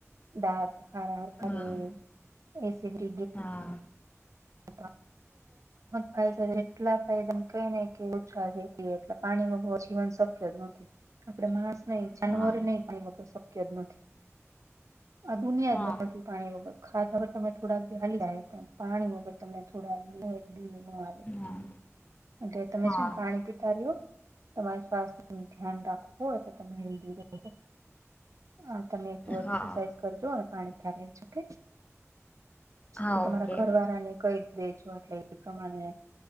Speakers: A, on the right; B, on the left.
A: દાંત હરા હાર કરે
B: હા
A: એસીબ <inaudible>
B: હા
A: <inaudible> થાય એટલાાય ઓછા છે એટ પાણી ન જીવન શક્તિ શકય નથી આપણે માણસ નઈ જાનવર
B: હા
A: નહી પણ એ વગર શક્ય જ નથી. <unintelligible>
B: હા
A: તમને થોડા લીનું હાલે,
B: હા
A: એટલે તમે
B: હા
A: છે ને પાણી પીતા રિયો તમારી સ્વાસ્થ્યનું ધ્યાન રાખવું એ તમે <unintelligible> હા તમે એક્સરસાઇઝ
B: હા
A: કરજો અને પાણી થા રેજો ઓકે.
B: હા
A: તમારા
B: ઓકે
A: ઘરવાળા ને કઈ દેજો એટલે એ પ્રમાણે